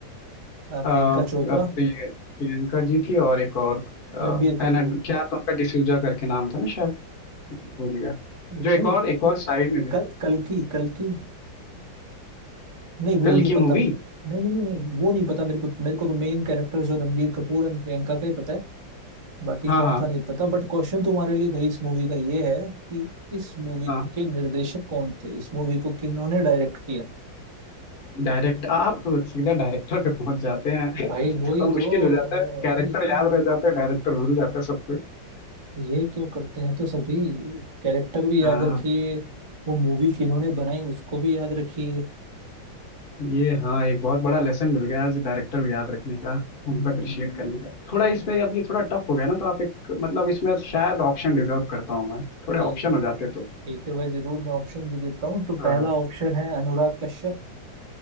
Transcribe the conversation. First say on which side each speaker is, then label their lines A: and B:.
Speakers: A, on the right; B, on the left.
A: प्रियंका
B: अ, अ,
A: चोपड़ा
B: प्रिय, प्रियंका जी थी और एक और अ,
A: रणबीर कपूर
B: एना क्या तो उनका डिसूजा करके नाम था ना शायद भूल गया
A: नहीं
B: जो एक और एक और साइड में भी
A: कल कल्कि कल्कि नहीं वो
B: कल
A: नहीं
B: की
A: पता
B: मूवी
A: नहीं नहीं नहीं नहीं वो नहीं पता मेरे को मेरे को तो मेन कैरेक्टर जो रणबीर कपूर एंड प्रियंका का ही पता है बाकी
B: हाँ
A: कौन
B: हाँ
A: था नहीं पता बट क्वेश्चन तुम्हारे लिए भाई इस मूवी का ये है कि इस मूवी
B: हाँ
A: के निर्देशक कौन थे इस मूवी को किन्होंने डायरेक्ट किया
B: डायरेक्ट आप सीधा डायरेक्टर पे पहुंच जाते हैं
A: भाई वही
B: थोड़ा मुश्किल
A: तो
B: हो जाता है कैरेक्टर
A: वही तो
B: याद रह जाता है डायरेक्टर भूल जाता है सब कुछ
A: ये क्यों करते हैं तो सभी कैरेक्टर भी याद
B: हाँ
A: रखिए वो मूवी किन्होंने बनाई उसको भी याद रखिए
B: ये हाँ एक बहुत बड़ा लेसन मिल गया आज डायरेक्टर को याद रखने का उनको
A: हम्म,
B: अप्रिशिएट करने का थोड़ा इसमें अब ये थोड़ा टफ हो गया ना तो आप एक मतलब इसमें शायद ऑप्शन डिजर्व करता हूँ मैं थोड़े
A: एक
B: ऑप्शन हो जाते तो
A: ठीक है भाई जरूर मैं ऑप्शन दे देता हूँ तो
B: हाँ।
A: पहला ऑप्शन है अनुराग कश्यप